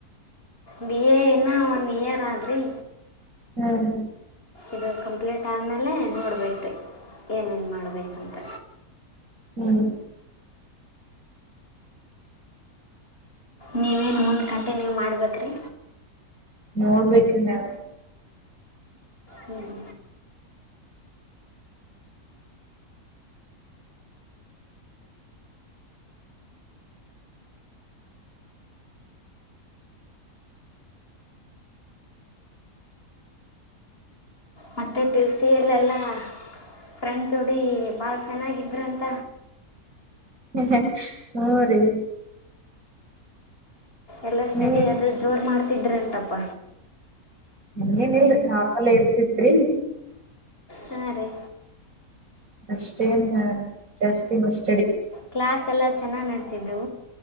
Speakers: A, on the left (about 40°); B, on the right (about 65°).
A: ಬಿ ಎ ಇನ್ನ ಒನ್ ಇಯರ್ ಆದ್ರಿ
B: ಹ್ಮ್
A: ಇದು ಕಂಪ್ಲೀಟ್ ಆದಮೇಲೆ ನೋಡ್ಬೇಕ್ರೀ ಏನೇನು ಮಾಡ್ಬೇಕಂತ
B: ಹ್ಮ್
A: ನೀವೇನು ಒಂದ್ ಗಂಟೆ ನೀವ್ ಮಾಡ್ಬೇಕ್ರಿ.
B: ನೋಡ್ಬೇಕ್ರಿ ನಾವು.
A: ಹ್ಞೂ ಮತ್ತುತ್ತೆ ಪಿ ಯು ಸಿ ಯಲ್ಲೆಲ್ಲ ಫ್ರೆಂಡ್ಸ ಜೋಡಿ ಭಾಳ ಚೆನ್ನಾಗಿದ್ರಂತ.
B: ಹಃ ಹ ಹು ರೀ
A: ಎಲ್ಲ ಸ್ಟಡಿ
B: ನೀವ
A: ಆದ್ ಜೋರ್ ಮಾಡ್ತಿದ್ರ ಅಂತಪ್ಪ.
B: ಹಂಗೇನ್ ಇಲ್ರಿ ನಾರ್ಮಲೆ ಇರ್ತಿತ್ರಿ.
A: ಹಾಂ ರೀ
B: ಅಷ್ಟೇನ ಜಾಸ್ತಿ ಮಷ್
A: ಕ್ಲಾಸ್ ಎಲ್ಲಾ ಚೆನ್ನಗ್ ನಡ್ ತ್ತಿದು